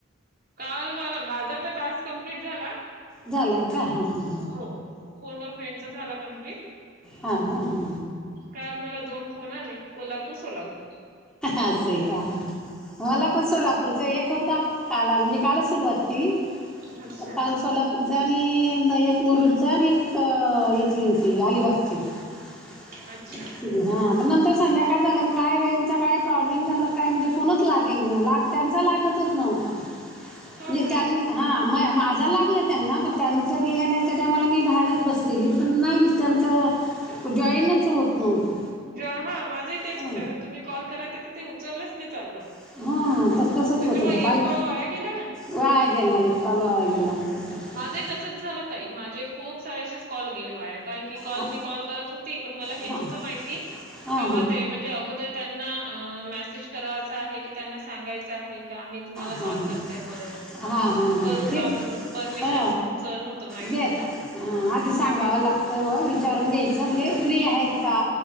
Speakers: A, on the right; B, in the centre.
A: काल मला माझा तर टास्क कंप्लीट झाला
B: झालाय का हां हां
A: हो. पूर्ण फ्रेंडचा झाला कम्प्लीट
B: हा हा हा
A: काल मला दोन फोन आले कोल्हापूर सोलापूर
B: असं का मला पण सोलापूरचा एक होता. काल आले कालच सुरुवात केली
A: अच्छा
B: तर सोलापूर आणि एक मोरुडचा आणि एक इथली होती अलिबागची. रिकामा ऑडिओ
A: अच्छा.
B: हा पण नंतर संध्याकाळ झालं काय रेंजचा काय प्रॉब्लेम झाला? काय म्हणजे फोनच लागेल न लाग त्यांचा लागतच नव्हता म्हणजे
A: हो
B: त्यांना
A: का
B: हा म माझा लागला त्यांना पण त्यांच्या येण्याचे त्या मला मी बाहेरच बसलेली पण नाही त्यांंतं जॉईनच होत नव्हतं
A: ज हा माझाही तेच
B: हा
A: होत तुम्ही कॉल कराय तर ते उचललंच नाही चाललं
B: हा, तस तसंच
A: त्याच्यामुळे
B: होत होतं काल
A: एक कॉल वाया गेला ना
B: वाया गेला एक काल वाया
A: हम्म
B: गेला तसंच
A: माझ तसंच झालं त आहे माझे खूप सारे असे कॉल गेले वाया कारण कि
B: हा
A: मी कॉल करत होते मला हे
B: हा
A: नव्हतं माहिती,
B: हा
A: का बुआ तें... म्हणजे अगोदर त्यांना मेसेज करायचं आहे की त्यांना सांगायच आहे.? का आम्ही तुम्हाला
B: हा
A: कॉल
B: हा
A: करताय वगैरे म्हणून
B: हा हा
A: करू
B: तेच
A: का म्हणून असं परमिशनच
B: हा
A: नव्हतं माहीत
B: घेत
A: मला
B: हा आधी सांगावं लागतं विचारून घ्यायचं म्हणजे फ्री आहेत का